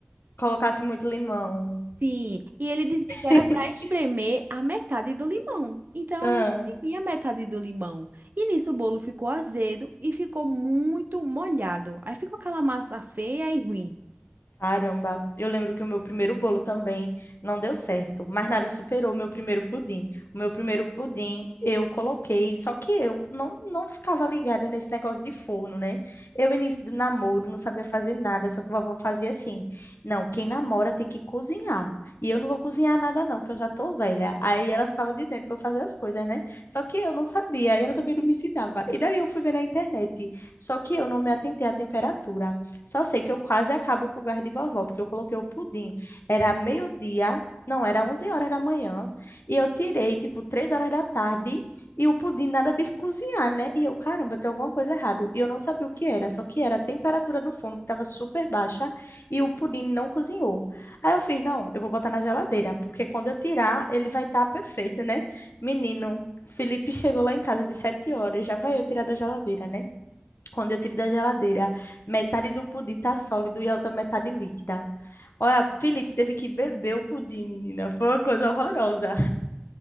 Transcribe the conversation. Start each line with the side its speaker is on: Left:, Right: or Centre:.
Left: colocasse muito limão.
Right: Sim, e ele dizia que era
Left: <laughs>
Right: para espremer a metade do limão. Então
Left: Ah.
Right: eu espremi a metade do limão. E nisso o bolo ficou azedo e ficou muito molhado. Aí ficou aquela massa feia e ruim.
Left: Caramba, eu lembro que o meu primeiro bolo também não deu certo, mas nada superou o meu primeiro pudim. O meu primeiro pudim eu coloquei, só que eu não, não ficava ligada nesse negócio de forno, né? Eu, início do namoro, não sabia fazer nada, só que a vovó fazia assim: não, quem namora tem que cozinhar. E eu não vou cozinhar nada, não, que eu já tô velha. Aí ela ficava dizendo pra eu fazer as coisas, né? Só que eu não sabia, e ela também não me ensinava. E daí eu fui ver na internet, só que eu não me atentei à temperatura. Só sei que eu quase acabo com o gás de vovó, porque eu coloquei o pudim. Era meio-dia, não, era 11 horas da manhã, e eu tirei, tipo, 3 horas da tarde, e o pudim nada de cozinhar, né? E eu, caramba, tem alguma coisa errada. E eu não sabia o que era, só que era a temperatura do forno, que estava super baixa, e o pudim não cozinhou. Aí eu fiz, não, eu vou botar na geladeira, porque quando eu tirar, ele vai estar perfeito, né? Menino, Felipe chegou lá em casa de 7 horas, já vai eu tirar da geladeira, né? Quando eu tiro da geladeira, metade do pudim tá sólido e a outra metade líquida. Olha, Felipe teve que beber o pudim, menina. Foi uma coisa horrorosa.